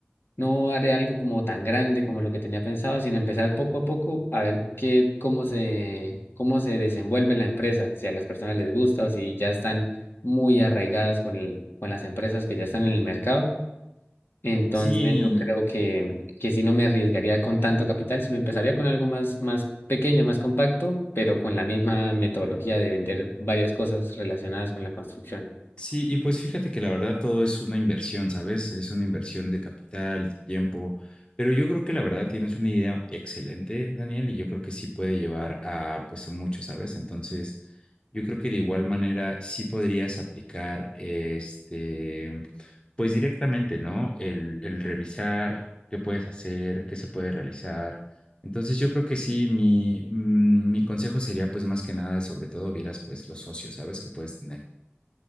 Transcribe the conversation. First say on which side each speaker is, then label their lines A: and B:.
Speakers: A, on the left; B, on the left.
A: no haré algo como tan grande como lo que tenía pensado, sino empezar poco a poco a ver qué, cómo se, cómo se desenvuelve la empresa, si a las personas les gusta o si ya están muy arraigadas con el- con las empresas que ya están en el mercado entonces
B: Sí,
A: yo creo que, que sí no me arriesgaría con tanto capital, sino empezaría con algo más, más pequeño, más compacto, pero con la misma metodología de vender varias cosas relacionadas con la construcción.
B: Sí, y pues fíjate que la verdad todo es una inversión, ¿sabes? Es una inversión de capital, de tiempo, pero yo creo que la verdad tienes una idea excelente, Daniel, y yo creo que sí puede llevar a pues a mucho, ¿sabes? Entonces, yo creo que de igual manera sí podrías aplicar este, pues directamente, ¿no? El, el revisar qué puedes hacer, qué se puede realizar. Entonces yo creo que sí, mi, mm, mi consejo sería pues más que nada, sobre todo vieras pues los socios, ¿sabes? Que puedes tener.